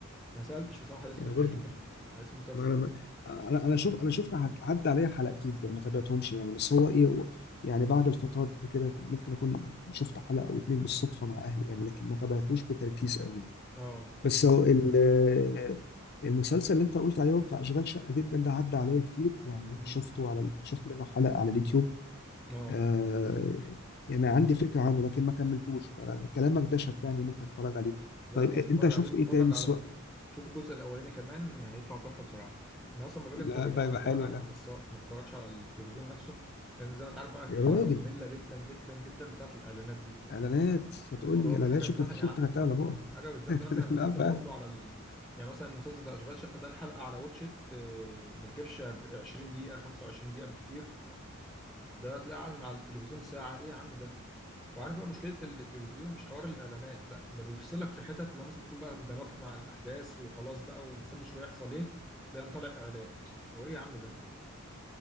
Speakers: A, in the centre; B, on the left (about 50°).
A: ما سألتش بصراحة على اسم
B: يعني
A: الفيلم
B: برضو
A: يعني <laughs> على اسم المسلسل
B: ما انا ما انا انا شوف انا شفت عد- عدى عليا حلقتين كده ما تابعتهمش يعني بس هو ايه هو- يعني بعد الفطار كده ممكن اكون شفت حلقه او اتنين بالصدفه مع اهلي يعني لكن ما تابعتوش بتركيز قوي يعني.
A: اه
B: بس هو ال- المسلسل اللي انت قلت عليه هو بتاع اشغال شقه جدا ده عدى عليا كتير يعني
A: امم
B: شفته على شفت منه حلقه على اليوتيوب
A: اه
B: آه يعني عندي فكره عنه لكن ما كملتوش فكلامك ده شجعني ممكن اتفرج عليه
A: لا
B: طيب
A: عايز اقولك
B: إيه-
A: اتفرج
B: انت شفت
A: عليه واتفرج
B: ايه تاني
A: على
B: سواء
A: ال... شوف الجزء الاولاني كمان هيطلع تحفة بصراحة انا اصلا لما باجي
B: لا
A: اتفرج
B: بقى
A: عم
B: يبقى
A: اتفرج
B: حلو
A: على
B: ده
A: منصات ما بتفرجش على التلفزيون نفسه لان زي ما انت عارف بقى
B: يا
A: في حركة
B: راجل
A: مملة جدا جدا جدا بتاعت الاعلانات دي
B: اعلانات هتقول
A: يا خرابي
B: لي اعلانات
A: حاجة
B: شفتك
A: تزهق
B: شفتك
A: يا عم
B: هتعلى بقى
A: حاجة بتزهق
B: <laughs>
A: تلاقي مثلا المسلسل
B: لا فعلا
A: كله على ال... يعني مثلا مسلسل ده اشغال شقة ده الحلقة على واتشت آه، ما تجيبش 20 دقيقة 25 دقيقة بالكتير ده تلاقيه على على التلفزيون ساعة ايه يا عم ده وعارف بقى مشكلة التلفزيون مش حوار الإعلانات لا ده بيفصلك في حتت لو مثلا تكون بقى اندمجت مع الأحداث وخلاص بقى ومستني شوية يحصل ايه تلاقيه طالع إعلان هو ايه يا عم ده